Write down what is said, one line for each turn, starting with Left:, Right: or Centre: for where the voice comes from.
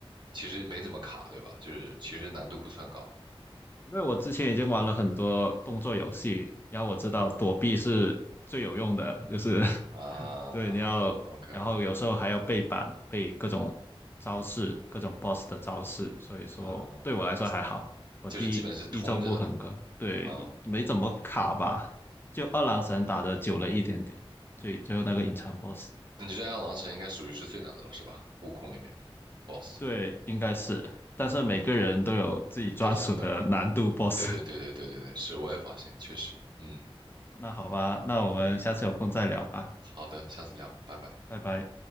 Right: 其实没怎么卡，对吧？就是其实难度不算高
Left: 因为我之前已经玩了很多动作游戏，然后我知道躲避是最有用的，就是
Right: 啊。
Left: <laughs> 对你要，
Right: OK，
Left: 然后有时候还要背板，背各种招式，各种 BOSS 的招式，所以说对我来说还好，
Right: 嗯，
Left: 我第一周不很坑，
Right: 就是基本是通着的
Left: 对，
Right: 啊。
Left: 没怎么卡吧，就二郎神打的久了一点点，最最后那个隐藏 BOSS，
Right: 你这爱狼神应该属于是最难的了，是吧？悟空里面 BOSS。
Left: 对，应该是，但是每个人都有自己专属的难度
Right: 嗯。不同的。
Left: BOSS，
Right: 对对对对对对对，
Left: <laughs>
Right: 是，我也发现，确实，嗯，
Left: 那好吧，那我们下次有空再聊吧。
Right: 好的，下次聊，拜拜。
Left: 拜拜。